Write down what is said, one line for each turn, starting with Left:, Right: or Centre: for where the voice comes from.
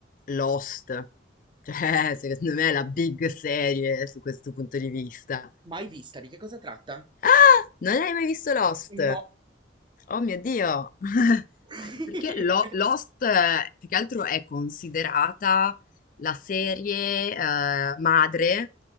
Left: Lost, cioè <laughs> secondo me è la big serie su questo punto di vista.
Right: Mai vista, di che cosa tratta?
Left: Ah, non hai mai visto Lost?
Right: No.
Left: Oh mio Dio!
Right: <laughs>
Left: Anche perché Lo- Lost, eh, più che altro, è considerata la serie, eh, madre